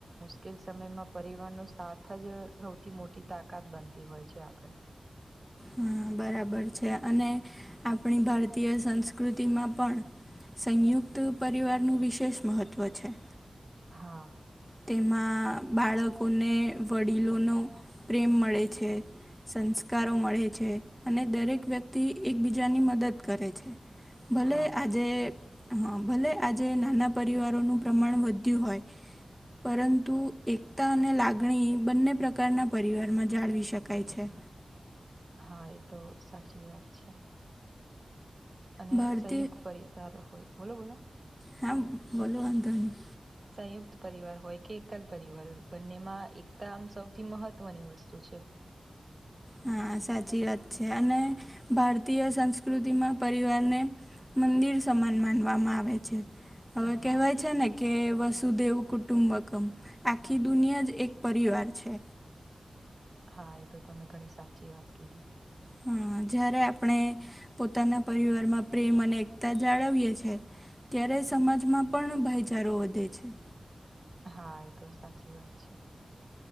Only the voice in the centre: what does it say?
હા બરાબર છે, અને આપણી ભારતીય સંસ્કૃતિમાં પણ સંયુક્ત પરિવારનું વિશેષ મહત્ત્વ છે.
તેમાં બાળકોને વડીલોનો પ્રેમ મળે છે. સંસ્કારો મળે છે અને દરેક વ્યક્તિ એકબીજાની મદદ કરે છે. ભલે
આજે હા ભલે આજે નાના પરિવારોનું પ્રમાણ વધ્યું હોય. પરંતુ એકતા અને લાગણી બંને પ્રકારના પરિવારમાં જાળવી શકાય છે.
ભારતીય
હા બોલો આંધો નહી.
હા સાચી વાત છે અને, ભારતીય સંસ્કૃતિમાં પરિવારને મંદિર સમાન માનવામાં આવે છે, હવે
કહેવાય છે ને કે વસુદેવ કુટુંબકમ, આખી દુનિયા જ એક પરિવાર છે.
હા જ્યારે આપણે, પોતાના પરિવારમાં પ્રેમ અને એકતા જાળવીએ છીએ. ત્યારે સમાજમાં પણ ભાઈચારો વધે છે.